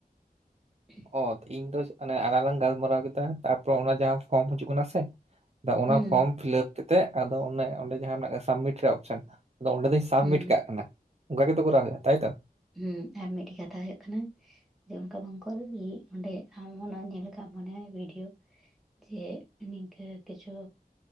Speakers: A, in the centre; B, on the right (about 40°).
A: <unintelligible>
B: <unintelligible> ᱤᱧ ᱫᱚ ᱟᱞᱟᱝ ᱞᱟᱝ ᱜᱟᱞᱢᱟᱨᱟᱣ ᱠᱮᱫᱟ ᱛᱟᱯᱚᱨ ᱚᱱᱟ ᱡᱟᱦᱟᱸ ᱯᱷᱚᱨᱢ ᱦᱤᱡᱩᱜ ᱠᱟᱱᱟ ᱥᱮ ᱟᱫᱚ
A: ᱦᱩᱸ,
B: ᱚᱱᱟ ᱯᱷᱚᱨᱚᱢ ᱯᱷᱤᱞᱟᱯ ᱠᱟᱹᱛᱮᱫ ᱟᱫᱚ ᱚᱱᱮ ᱚᱸᱰᱮ ᱡᱟᱦᱟᱸ ᱢᱮᱱᱟᱜ ᱟᱠᱟᱜ ᱥᱟᱵᱢᱤᱴ ᱨᱮᱭᱟᱜ ᱚᱯᱥᱮᱱ ᱟᱫᱚ ᱚᱸᱰᱮ ᱫᱚᱧ ᱥᱟᱵᱢᱤᱴ
A: ᱦᱩᱸ,
B: ᱠᱟᱜ ᱠᱟᱱᱟ ᱚᱱᱠᱟ ᱜᱮᱛᱚ ᱠᱚᱨᱟᱣ ᱦᱩᱭᱩᱜ-ᱟ ᱛᱟᱭ ᱛᱚ᱾
A: ᱦᱮᱸ ᱟᱨ ᱢᱤᱫᱴᱮᱡ ᱠᱟᱛᱷᱟ ᱦᱩᱭᱩᱜ ᱠᱟᱱᱟ ᱡᱮ ᱚᱱᱠᱟ ᱵᱟᱝᱠᱚᱞ <unintelligible> ᱚᱸᱰᱮ ᱟᱢ ᱚᱱᱟ ᱧᱮᱞ ᱟᱠᱟᱫ ᱟᱢ <unintelligible> ᱚᱱᱟ ᱵᱷᱤᱰᱭᱳ ᱡᱮ ᱱᱤᱝᱠᱟᱹ ᱠᱤᱪᱷᱩ